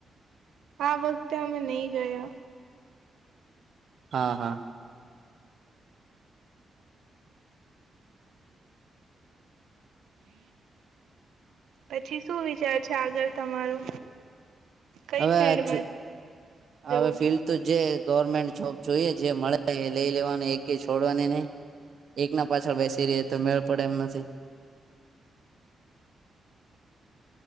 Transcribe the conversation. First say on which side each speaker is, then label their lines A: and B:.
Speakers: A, on the right (about 85°); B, on the right (about 50°).
A: આ વખતે અમે નહીં ગયા.
B: હા હા.
A: પછી શું વિચાર છે આગળ તમારો? કઈ
B: હવે
A: ફિલ્ડમાં
B: આજ, હવે
A: જવું
B: ફિલ્
A: છે?
B: તો જે ગવર્મેન્ટ જોબ જોઈએ જે મળે એ લઈ લેવાનું એક કે છોડવાની નહીં. એક ના પાછળ બેસી રહે તો મેળ પડે એમ નથી.